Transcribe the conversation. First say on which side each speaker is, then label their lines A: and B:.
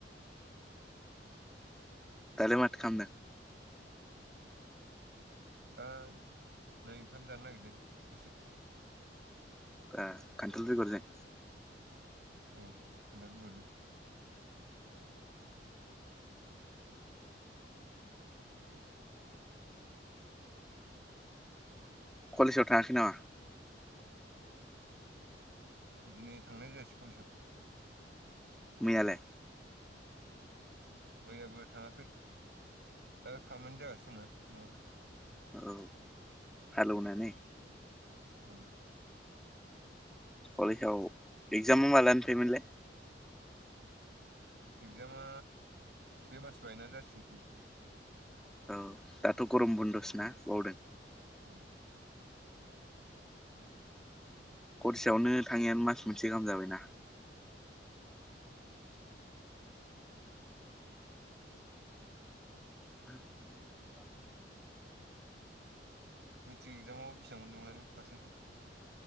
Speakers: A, in the centre; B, on the right.
A: दालाय माथो खालामदों
B: दा नै ओंखाम जानो नागिरदों दासो
A: आ खान्थाल बेगर जों
B: औ खानथाल बेगर जों
A: कलेजाव थाङाखै नामा?
B: दिनै थांनाय जायासै कलेसआव
A: मैयालाय
B: मैयाबो थाङाखै दा खामानि जागासिनो दंना न'आवहाय
A: औ हालौनानै
B: औ
A: कलेजाव एगजामा मालानिफाय मोनलाय
B: एगजामा बे मास बायनानै जासिगोन खोमा
A: औ दाथ' गरम बन्दसो ना बावदों
B: औ
A: गरसेयावनो थाङैया मास मोनसे गाहाम जाबायना <inaudible>
B: मेट्रिक एक्जामाव बेसेबां मोन्दोंमोनलाय नों पारसेन्टखौ